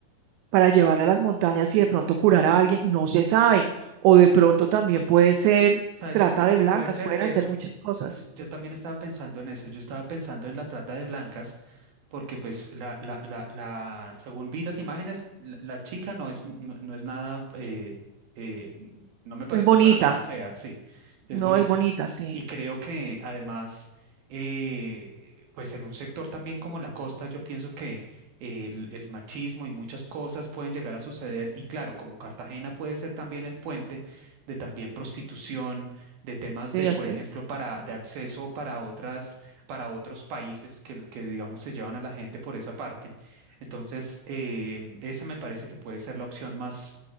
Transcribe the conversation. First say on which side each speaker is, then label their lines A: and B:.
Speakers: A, on the right (about 85°); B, on the right (about 60°).
A: para llevar a las montañas y de pronto curar a alguien, no se sabe. O de pronto también puede ser
B: ¿Sabes?
A: trata
B: Yo que creo
A: de
B: que
A: blancas,
B: puede ser
A: pueden
B: eso.
A: hacer muchas cosas.
B: Yo, yo también estaba pensando en eso, yo estaba pensando en la trata de blancas, porque pues la, la, la, la, según vi las imágenes, la, la chica no es, no, no es nada, eh, eh, n- no me parece
A: Es bonita,
B: para nada fea, sí, es
A: no
B: bonita.
A: es bonita, sí,
B: Y creo que además, eh, pues en un sector también como la costa, yo pienso que el, el machismo y muchas cosas pueden llegar a suceder. Y claro, como Cartagena puede ser también el puente de también prostitución de temas
A: sí,
B: de,
A: así
B: por ejemplo,
A: es.
B: para, de acceso para otras, para otros países que, que, digamos, se llevan a la gente por esa parte. Entonces, eh, esa me parece que puede ser la opción más,